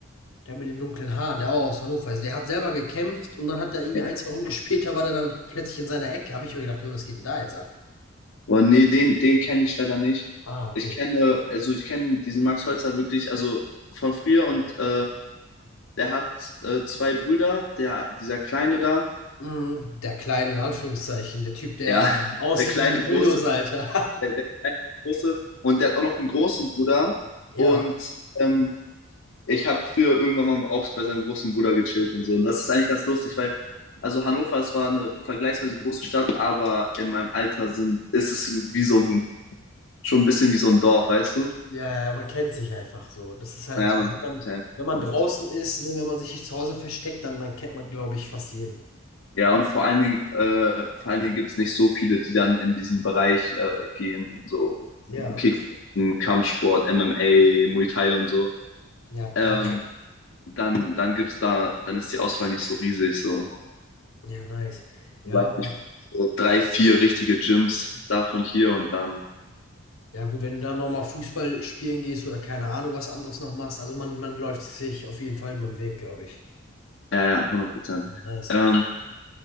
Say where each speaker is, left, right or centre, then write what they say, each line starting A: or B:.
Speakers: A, on the left (about 85°); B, on the left (about 60°).
A: der mit den dunklen Haaren, der auch aus Hannover ist. Der hat selber gekämpft und dann hat er irgendwie
B: ja.
A: ein, zwei Runden <laughs> später war der dann plötzlich in seiner Ecke. Habe ich mir gedacht, hey, was geht denn da jetzt ab?
B: Boah, nee, den, den kenne ich leider nicht.
A: Ah, okay.
B: Ich kenne, also ich kenne diesen Max Holzer wirklich, also von früher und äh, der hat äh, zwei Brüder, der, dieser Kleine da,
A: Mm, der kleine, in Anführungszeichen, der Typ, der
B: ja, <laughs>
A: aussieht
B: der kleine
A: wie ein
B: Große,
A: Bulldozer, Alter.
B: der, der kleine Große und der hat auch noch einen großen Bruder
A: <laughs>
B: und
A: Ja.
B: ähm, ich habe früher irgendwann mal auch bei seinem großen Bruder gechillt und so. Und das ist eigentlich ganz lustig, weil, also Hannover, es war eine vergleichsweise große Stadt, aber in meinem Alter sind, ist es wie so ein, schon ein bisschen wie so ein Dorf, weißt du?
A: Ja, ja, ja, man kennt sich einfach so. Das ist halt
B: Naja,
A: so,
B: man
A: Mhm.
B: kennt
A: wenn man
B: sich einfach
A: wenn man
B: und
A: draußen ist, ne, wenn man sich nicht zu Hause versteckt, dann dann kennt man, glaube ich, fast jeden.
B: ja, und vor allen Dingen, äh, vor allen Dingen gibt es nicht so viele, die dann in diesen Bereich äh, gehen, so
A: Ja,
B: Kickboxen, Kampfsport, MMA, Muay Thai und so.
A: ja, geil.
B: Ja. Ähm, dann, dann gibt's da, dann ist die Auswahl nicht so riesig, so,
A: Mhm. Ja, nice. Ja,
B: ich weiß
A: aber
B: nicht, so drei, vier richtige Gyms davon hier und dann,
A: ja gut, wenn du dann noch mal Fußball spielen gehst oder keine Ahnung, was anderes noch machst, also man man läuft sich auf jeden Fall beim Weg, glaube ich.
B: ja, ja, hundert Prozent.
A: Nice.
B: Ähm,